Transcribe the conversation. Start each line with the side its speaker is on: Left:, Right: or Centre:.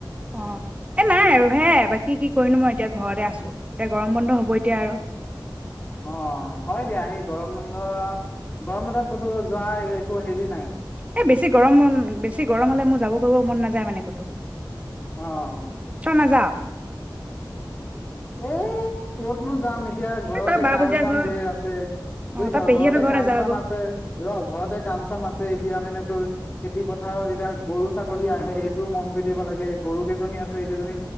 Right: অ', এ নাই আৰু হেয়াই বাকী কি কৰিনো মই এতিয়া ঘৰতে আছোঁ। এতিয়া গৰম বন্ধ হ'ব এতিয়া আৰু!
Left: অ', হয় দিয়া, সেই গৰম বন্ধ আৰু। গৰম বন্ধত ক'তো যোৱা এ-একো হেৰি নাই।
Right: এ বেছি গৰম বন, বেছি গৰম হ'লে মোৰ যাব, কৰিব মন নাযায় মানে ক'তো।
Left: অ'।
Right: <unintelligible>
Left: এই কতনো যাম এত এতিয়া ঘৰতে
Right: এ তই বা
Left: কাম-চাম
Right: বুজিয়া ঘৰ
Left: ধেৰ আছে। বুজিছ!
Right: অ তই পেহীহঁতৰ
Left: ঘৰতে
Right: ঘৰলে
Left: কাম-চাম
Right: যা আকৌ
Left: আছে। ৰ! ঘৰতে কাম-চাম আছে, এতিয়া মানে খেতি পথাৰত এতিয়া গৰু ছাগলী আহে, সেইবোৰো মন কৰি থাকিব লাগে। গৰু কেইজনী আছে, সেই কেইজনী